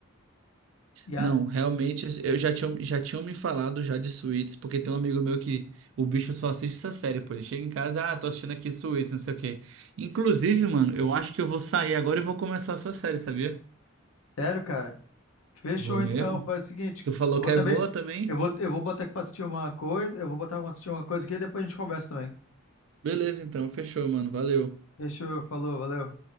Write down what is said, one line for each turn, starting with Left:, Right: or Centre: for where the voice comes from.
Left: E a,
Right: Não, realmente, eu já tinha, já tinham me falado já de Suits, porque tem um amigo meu que o bicho só assiste essa série, pô. Ele chega em casa, ah, tô assistindo aqui Suits, não sei o quê. Inclusive, mano, eu acho que eu vou sair agora e vou começar essa série, sabia?
Left: sério, cara. Fechou,
Right: Vou
Left: então.
Right: mesmo.
Left: Faz o seguinte,
Right: Tu falou
Left: eu vou
Right: que
Left: também,
Right: é boa também?
Left: eu vou, eu vou botar aqui pra assistir uma coisa, eu vou botar uma assistir uma coisa aqui e depois a gente conversa também.
Right: Beleza, então, fechou, mano. Valeu.
Left: Fechou, falou, valeu.